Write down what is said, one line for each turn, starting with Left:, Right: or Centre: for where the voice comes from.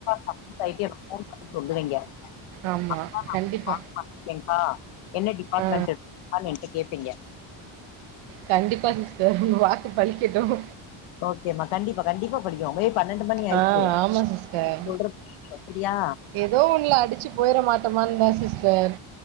Left: <inaudible> சொல்லுவீங்க
Right: ஆமா.
Left: அக்கா ஹெல்ப்பு
Right: கண்டிப்பா.
Left: என்னா என்ன டிபார்ட்மெண்ட்க்கான்னு
Right: ஆ.
Left: என்ட்ட கேட்பீங்க
Right: கண்டிப்பா சிஸ்டர் உங்க வாக்கு பலிக்கட்டும்
Left: ஓகேம்மா கண்டிப்பா கண்டிப்பா படிக்கும் மதிய பன்னெண்டு மணி ஆயிடுச்சு
Right: ஆ ஆமா சிஸ்டர்.
Left: சொல்ற அப்டியா
Right: ஏதோ ஒண்ல அடிச்சு போயிர மாட்டோமான்தா சிஸ்டர்